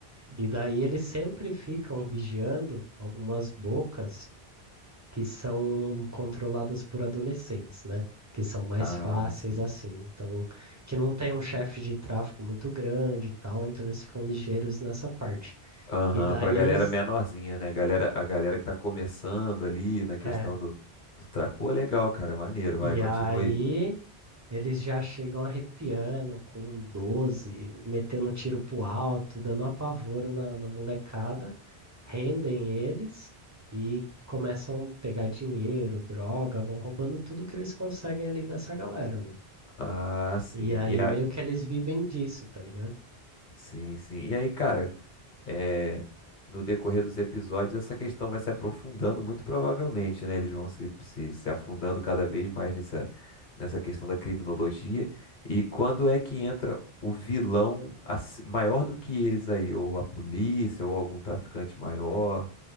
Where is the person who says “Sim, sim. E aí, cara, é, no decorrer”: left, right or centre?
Left